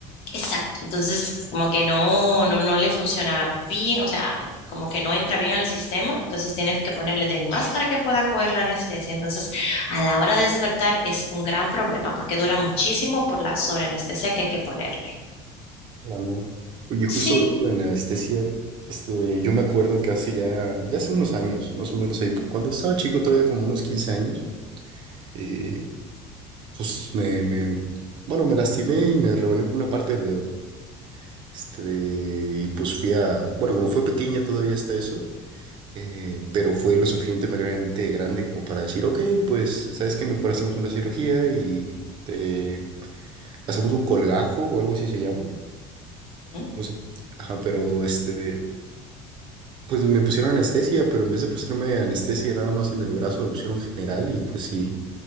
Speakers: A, on the left; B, on the right.
A: Exacto. Entonces, como que no, no, no le funciona bien, o sea, como que no entra bien al sistema, entonces tienes que ponerle de más para que pueda coger la anestesia. Entonces, a la hora de despertar es un gran problema porque dura muchísimo por la sobreanestesia que hay que ponerle.
B: Ah, no. Oye, justo
A: Sí.
B: hablando de anestesia, este, yo me acuerdo que hace ya, ya hace unos años, más o menos ahí, cuando estaba chico, todavía como unos 15 años, eh, pues me, me- bueno, me lastimé y me rebané una parte del dedo. Este, y pues fui a, bueno, como fue pequeña todavía hasta eso, eh, pero fue lo suficientemente grande como para decir, ok, pues, ¿sabes qué? Mejor hacemos una cirugía y te- hacemos un colgajo o algo así se llama,
A: Ujú,
B: no sé. Ajá, pero este de, Pues me pusieron anestesia, pero en vez de ponerme anestesia nada más en el brazo, me pusieron general y pues sí,